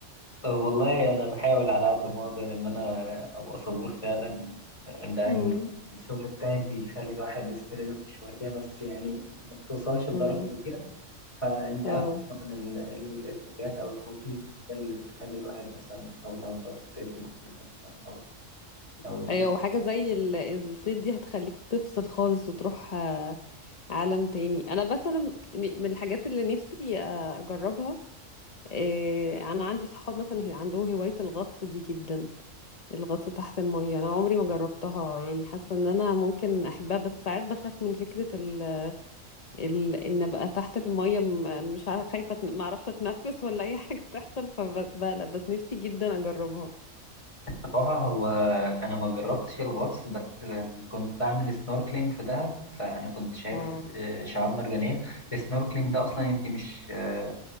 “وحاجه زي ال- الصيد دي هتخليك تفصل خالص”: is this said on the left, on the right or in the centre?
Left